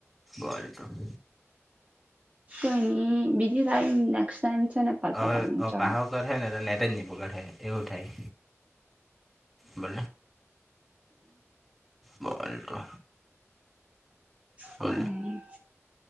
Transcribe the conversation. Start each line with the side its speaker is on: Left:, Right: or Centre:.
Centre: ભારિકામ.
Right: કયની બીજી ટાઈમ નેક્સ્ટ ટાઈમ છે ને પર્પલ
Centre: અવે
Right: કલરનું
Centre: અવ
Right: ચડાવ
Centre: પહું કરહે ને ત નેટ જ ની પકડ હે. એવું થાય. બોલને. બોલ તો.
Right: કયની
Centre: બોલને